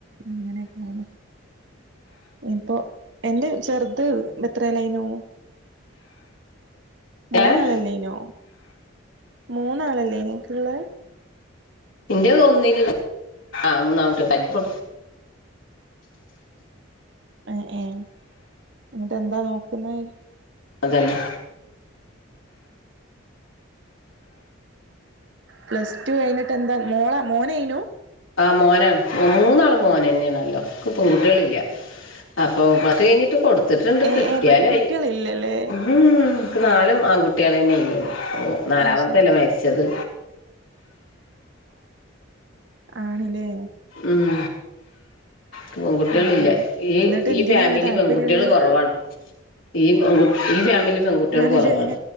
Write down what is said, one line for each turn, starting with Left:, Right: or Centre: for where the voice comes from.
Right: അങ്ങനെയൊക്കാണ് ഇപ്പൊ എന്റെ ചെറുത് എത്രയലെയ്നു മൂന്നാളല്ലെയ്നോ
Left: ഏഹ്
Right: മൂന്നാളല്ലേനി ങ്ങ്ക്ക്‌ള്ള
Left: എത് ഒന്നിൽ ആഹ് മൂന്നാങ്കുട്ട്യളാ യ്ന്ന് പൊ
Right: ആ എ ന്നിട്ട് എന്താ നോക്കുന്നവ്
Left: അതല്ല
Right: പ്ലസ് ടു കയ്ഞ്ഞിട്ട് എന്താ മോള മോനയ്നു
Left: ആ മോനാണ് മൂന്നാളും മോനെന്നെണല്ലോ ക്ക്‌ പെൺകുട്ട്യളില്ല അപ്പൊ പത്ത് കയ്ഞ്ഞിട്ട് കൊടുത്തിട്ട്ണ്ട്
Right: ഏഹ്
Left: കിട്ട്യാലായി
Right: ഏഹ് പെൺകുട്ടികളില്ലല്ലേ
Left: ഉം ക്ക് നാലും ആൺകുട്ടികളെന്നെയ്നി ഓ നാലാമത്തല്ലേ
Right: ആഹ് ശരി
Left: മര്ച്ചത്
Right: ആണ്ലേ
Left: ഉം പെൺകുട്ട്യള്
Right: അപ്പൊ
Left: ഇല്ല ഈ
Right: എന്നിട്ട്
Left: ഈ
Right: എന്തിനാണ്
Left: ഫാമിലി
Right: താല്പര്യമുള്ളത്
Left: പെൺകുട്ട്യള് കൊറവാണ് ഈ പൺക് ഈ ഫാമിലി പെൺകുട്ട്യൾ
Right: ആണല്ലേ
Left: കൊറവാണ്